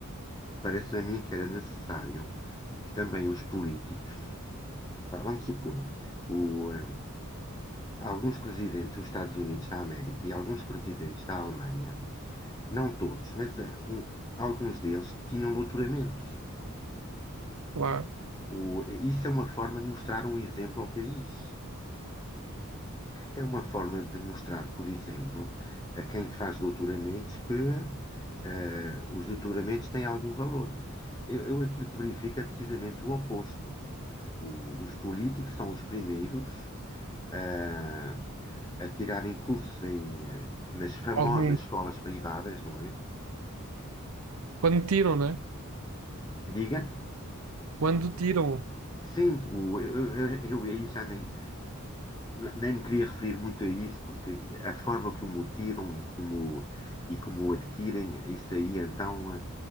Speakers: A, on the left; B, on the right.
A: parece a mim que era necessário que também os políticos, vamos supor, o, eh, alguns presidentes dos Estados Unidos da América e alguns presidentes da Alemanha, não todos, mas eh, um- alguns deles tinham doutoramentos.
B: Lá,
A: O- isso é uma forma de mostrar um exemplo ao país. É uma forma de mostrar, por exemplo, a quem faz doutoramentos que eh, os doutoramentos têm algum valor. Eu, eu aquilo que verifico é precisamente o oposto. O- os políticos são os primeiros ah, a tirarem cursos em, eh, nas famosas
B: ao domingo.
A: escolas privadas, não é?
B: Quando tiram, não é?
A: Diga?
B: Quando tiram.
A: Sim, o- eu, eu, eu aí já nem nem me queria referir muito a isso, porque a forma que o mutiram e como, e como o adquirem, isso aí então